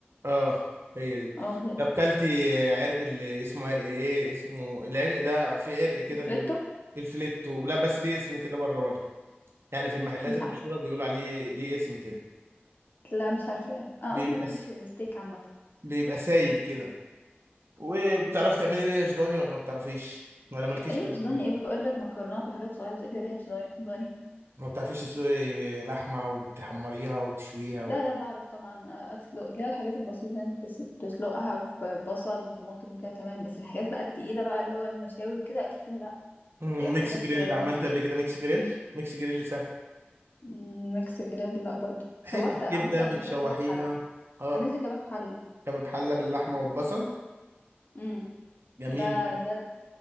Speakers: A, on the right; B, on the left.
A: اه هي دي
B: اه هي
A: طب كلتي عرق اللي اسمه عرق ايه اسمه العرق ده في عرق كده
B: الفريتو
A: بيقول الفليتو لا بس ليه اسم كده بره برضه يعني في المحلات
B: مش
A: المشهورة
B: ع...
A: بيقولوا عليه ليه اسم كده
B: لا مش عارفاه انا
A: بيبقى
B: اصلا ما بحبش
A: س...
B: الستيك عامة
A: بيبقى سايب كده وبتعرفي تعملي ريش ضاني ولا ما بتعرفيش ولا مالكيش
B: ريش
A: في الضاني
B: ضاني ايه بقول لك مكرونات وحاجات صغيرة تقول لي ريش ضاني ضاني.
A: ما بتعرفيش تسلقي لحمة وتحمريها وتشويها و...
B: لا لا بعرف طبعا آه، اسلق اللي هي الحاجات البسيطة اللي انت تسل- تسلقها في بصل وطماطم وكده تمام بس الحاجات بقى التقيلة بقى اللي هو المشاوي كده اكيد لا
A: مم،
B: ليه في
A: ميكس
B: حاجات
A: جريل
B: صغيرة
A: عملت قبل كده ميكس جريل ميكس جريل سهل
B: مم، ميكس جريل لا برضو
A: حتة
B: شوحت عملت
A: كبدة
B: قبل
A: بتشوحيها
B: كده كباب حلة
A: اه
B: عملت كباب حلة
A: كباب حلة باللحمة والبصل
B: امم
A: جميل
B: ده
A: برضه
B: ده